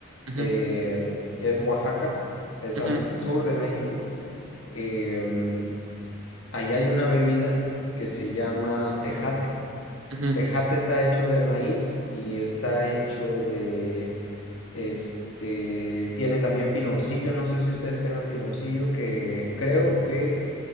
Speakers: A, on the right; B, on the left.
A: Ujú,
B: eh, que es Oaxaca, es
A: ujú,
B: al, al sur de México. Eh, ahí hay una bebida que se llama tejate.
A: ujú.
B: Tejate está hecho de maíz y está hecho de este, tiene también piloncillo, no sé si ustedes tengan piloncillo, que creo que